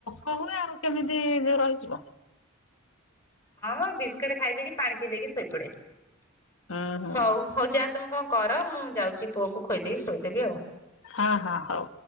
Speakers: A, on the left; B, on the left.
A: କହୁ ଆଉ କେମିତି ରହିଯିବ।
B: ହଁ-ହଁ ବିସ୍କୁଟ ଖାଇଦେଇକି ପାଣି ପିଇ ଦେଇକି ଶୋଇପଡେ।
A: ହୁଁ ହୁଁ
B: ହଉ ହଉ ଯା ତମେ କଣ କର ମୁଁ ଯାଉଚି ପୁଅ କୁ ଖୋଇଦେଇକି ଶୋଇଦେବି ଆଉ।
A: ହଁ-ହଁ ହଉ।